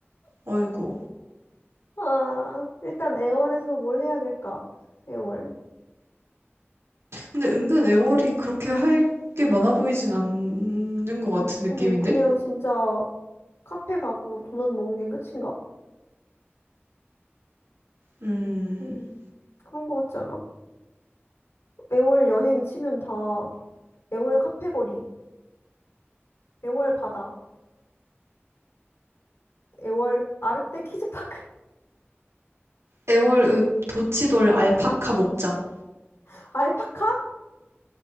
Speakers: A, on the right (about 85°); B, on the left (about 80°).
A: 아이고.
B: 아 일단 애월에서 뭘 해야 될까 애월
A: 근데 은근 애월이 그렇게 할 게 많아 보이진 않는 것 같은 느낌인데?
B: 음 그냥 진짜 카페 가고 도넛 먹는 게 끝인가
A: 음,
B: 음 그런 거 같지 않아 애월 여행 치면 다 애월 카페 거리 애월 바다 애월 아르떼 키즈파크
A: 애월읍 도치돌 알파카 목장.
B: <laughs> 알파카